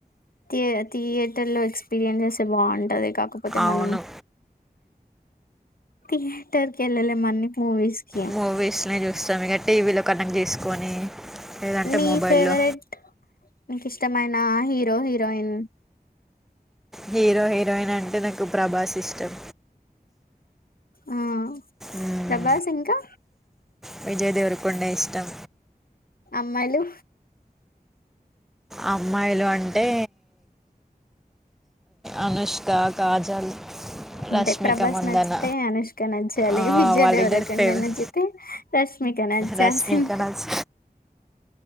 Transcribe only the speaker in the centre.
అవును
మూవీస్ ని చూస్తాం ఇక టీవీలో కనెక్ట్ చేసుకొని లేదంటే
మొబైల్లో
హీరో హీరోయిన్ అంటే నాకు ప్రభాస్ అంటే ఇష్టం
మ్మ్,
విజయ్ దేవరకొండ ఇష్టం
అమ్మాయిలు అంటే అనుష్క కాజల్
రష్మిక
మందన
ఆ,
వాళ్ళిద్దరు
ఫేవరెట్
రష్మిక నచ్చ